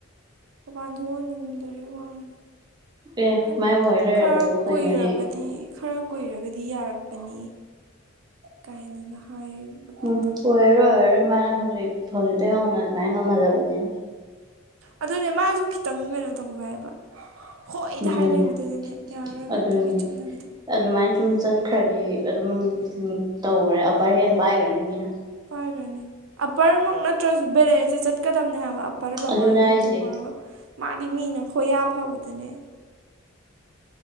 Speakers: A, on the right; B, on the right.
A: ꯃꯄꯥꯟ ꯊꯣꯛꯍꯟꯅꯤꯡꯗ꯭ꯔꯦ ꯃꯥꯜꯂꯦ
B: ꯑꯦ
A: ꯑꯩ
B: ꯃꯥꯏ ꯑꯣꯏ ꯂꯩꯔꯗꯨꯕꯨ
A: ꯈꯔ
B: ꯀꯩꯅꯣꯅꯦ
A: ꯀꯨꯏꯔꯒꯗꯤ ꯈꯔ ꯀꯨꯏꯔꯒꯗꯤ ꯌꯥꯔꯛꯀꯅꯤ ꯀꯥꯏꯅꯒ ꯍꯥꯏꯕꯒꯤ
B: ꯎꯝ
A: ꯇꯧ
B: ꯑꯣꯏꯔꯔꯣꯢ ꯑꯣꯏꯔꯔꯣꯢ ꯃꯥꯅ ꯍꯧꯖꯤꯛ ꯍꯧꯖꯤꯛꯇꯩ ꯍꯧꯅ ꯑꯗꯨꯃꯥꯢ ꯉꯝꯍꯜꯂꯕꯅꯤꯅ
A: ꯑꯗꯨꯅꯦ ꯃꯥꯁꯨ ꯈꯤꯇꯪ ꯀꯩꯅꯣ ꯇꯧꯒꯦ ꯍꯥꯏꯕ ꯍꯣꯏꯗ
B: ꯑꯗꯨꯅꯤ
A: ꯍꯥꯏꯂꯩꯕꯗꯨꯗꯅꯦ ꯌꯥꯔꯔꯣꯏꯕ
B: ꯑꯗꯨꯅꯤ
A: ꯑꯗꯨꯒꯤ ꯆꯠꯅꯕꯤꯗꯣ
B: ꯑꯗꯨꯃꯥꯏꯅ ꯁꯨꯝ ꯆꯠꯈ꯭ꯔꯗꯤ ꯑꯗꯨꯝ ꯇꯧꯈ꯭ꯔꯦ ꯑꯞꯄꯔ ꯍꯦꯟ ꯄꯥꯏꯈ꯭ꯔꯅꯤ ꯃꯤꯅ
A: ꯄꯥꯢꯒ꯭ꯔꯅꯤ ꯑꯞꯄꯔꯃꯛ ꯅꯠꯇ꯭ꯔꯁꯨ ꯕꯦꯂꯦꯟꯁꯇ ꯆꯠꯀꯗꯝꯅꯦ ꯍꯥꯢꯕ ꯑꯞꯄꯔ ꯂꯋꯥꯔ
B: ꯑꯗꯨꯅ ꯍꯥꯏꯁꯦ
A: ꯇꯣꯛꯈ꯭ꯔꯒ ꯃꯥꯗꯤ ꯃꯤꯅ ꯍꯣꯌꯥ ꯐꯕꯗꯅꯦ